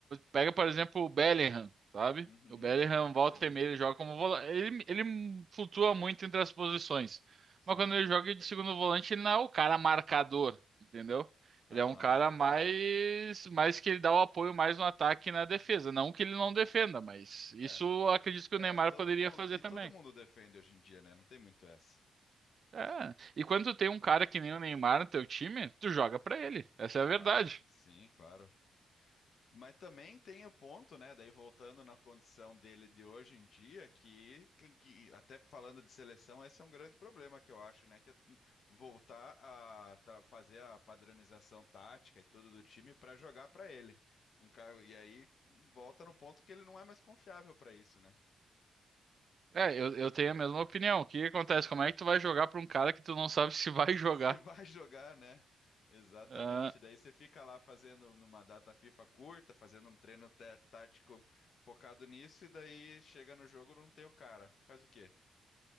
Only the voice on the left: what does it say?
Uhum.
Sim.
Sim.
Aham.
É, tá-
é,
todo
mundo.
E
todo mundo defende hoje em dia, né? Não tem muito essa.
Claro,
sim, claro. Mas também tem o ponto, né? Daí voltando na condição dele de hoje em dia, que, que- que até falando de seleção, esse é um grande problema que eu acho, né? Que é voltar a tra- fazer a padronização tática e tudo do time para jogar para ele. Um cara, e aí volta no ponto que ele não é mais confiável para isso, né?
Se vai jogar, né? Exatamente.
Daí você fica lá fazendo numa data FIFA curta, fazendo um treino té- tático focado nisso, e daí chega no jogo não tem o cara. Faz o quê?